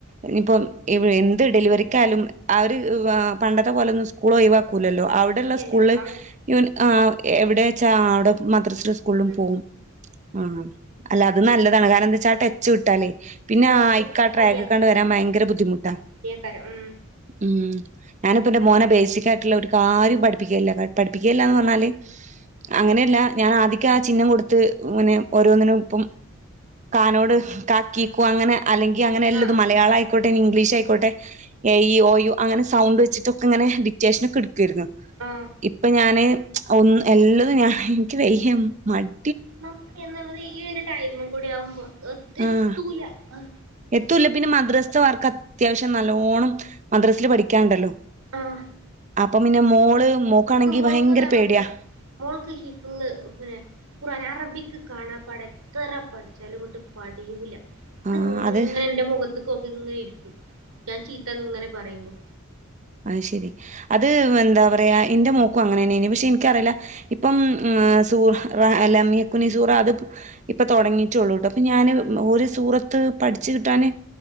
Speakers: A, on the right; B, on the right.
A: ഇഞ്ഞ്പ്പം എവി എന്ത് ഡെലിവറിക്കായാലും അവര് വാ പണ്ടത്തെ പോലൊന്നും സ്കൂളൊയിവാക്കൂലല്ലോ അവിട് ടെള്ള
B: ഇല്ലല്ല
A: സ്കൂൾല്
B: അവ
A: ഇവൻ ആഹ് എവിടേച്ചാ അവിടെ മദ്രസിലും സ്കൂളിലും
B: ഉം
A: പോവും. ആഹ് അല്ല അത് നല്ലതാണ് കാരണെന്തെച്ചാ ആ ടച്ച് വിട്ടാലേ. പിന്നാ
B: ആഹ്
A: അയിക്കാ ട്രാക്ക്ക്കാണ്ട്
B: മടിയാക്കാരം
A: വരാൻ ഭയങ്കര ബുദ്ധിമുട്ടാ
B: മടിയാക്കാരം ഉം
A: ഉം. ഞാന്പ്പന്റെ മോനെ ബേസിക്കായിട്ട്ള്ള ഒരു കാര്യും പഠിപ്പിക്കല്ല പട് പഠിപ്പിക്കല്ലാന്ന് പർഞ്ഞാല്. അങ്ങനെയല്ല ഞാൻ അധികാ ചിഹ്നം കൊടുത്ത് ഇങ്ങനെ ഓരോന്നിനും ഇപ്പം. കാനോട് കാ കീ കൂ അങ്ങനെ അല്ലെങ്കി അങ്ങനെ എല്ലതും
B: ആഹ്
A: മലയാളായി ക്കോട്ടേഞ്ഞ് ഇംഗ്ലീഷയ്ക്കോട്ടെ
B: ആഹ്
A: എ ഇ ഓ യു അങ്ങനെ സൗണ്ട് വെച്ചിട്ടൊക്കെങ്ങനെ ഡിക്റ്റേഷനൊക്കെട് ക്കേര്ന്നു
B: ആഹ് ആഹ്
A: ഇപ്പ ഞാന് ഒന്ന് എല്ലതും ഞാൻ എനിക്ക് വെയ്യ മട്
B: സത്യം നമ്മളീ ഒരു ടൈമും കൂടിയാവുമ്പോ ഒത് എത്തൂല
A: ആഹ്
B: അഹ്.
A: എത്തൂല്ല പിന്നെ മദ്രസ്ത്തെ വർക്കത്യാവശ്യം നല്ലോണം മദ്രസല് പഠിക്കാണ്ടല്ലോ.
B: ആഹ്.
A: അപ്പം പിന്നെ മോള് മോക്കാണെങ്കി
B: മോൾക്ക്
A: ഭയങ്കര
B: അതേപോലെ
A: പേട്യാ.
B: തന്നെ മോൾക്ക് ഹിഫ്ള് മേ ഖുറാന അറബിക് കാണാപ്പാടെത്തറ പഠിച്ചാലും ഇങ്ങോട്ട് പഠിയൂല
A: ആഹ്
B: ത്ങ്ങനെന്റെ
A: അത്
B: മുഖത്ത്ക്കോക്കിങ്ങനെ ഇര്ക്കു ഞാൻ ചീത്തങ്ങനെ പറയുമ്പോ.
A: അഹ് ശെരി അത് എന്താ പറയാ എന്റ മോക്കും അങ്ങനെന്നേനി പക്ഷെ ഇൻക്കറില. ഇപ്പം ആഹ് സൂഹ് റ അലം യക്കുനി സൂറ അത് ഇപ്പ തൊടങ്ങീട്ടൊള്ളൂട്ടോ. പ ഞാന്
B: ആഹ്
A: ഉം ഓര് സൂറത്ത്. പഠിച്ച് കിട്ടാന്